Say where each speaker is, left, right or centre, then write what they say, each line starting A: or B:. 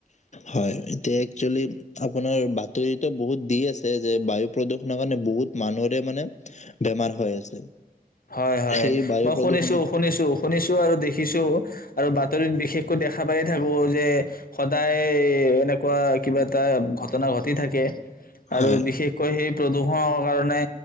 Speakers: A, on the left (about 45°); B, on the left (about 65°).
A: হয়, এতিয়া একচুৱেলি আপোনাৰ বাতৰিতো বহুত দি আছে যে বায়ু প্ৰদূষণৰ কাৰণে বহুত মানুহৰে মানে বেমাৰ হৈ আছে।
B: হয় হয়,
A: সেই বায়ু
B: মই
A: প্ৰদূষণটো
B: শুনিছো শুনিছো শুনিছো আৰু দেখিছো আৰু বাতৰিত বিশেষকৈ দেখা পায়ে থাকো, যে সদায় এনেকুৱা কিবা। এটা ঘটনা ঘটি থাকে আৰু
A: হয়
B: বিশেষকৈ সেই। প্ৰদূষণৰ কাৰণে